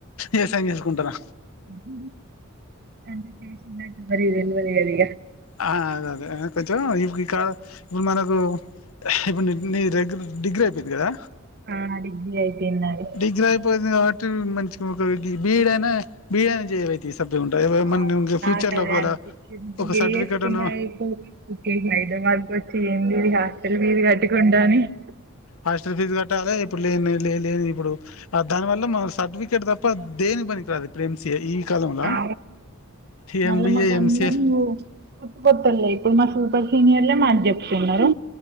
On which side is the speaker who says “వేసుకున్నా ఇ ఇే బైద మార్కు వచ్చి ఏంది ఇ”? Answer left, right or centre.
Right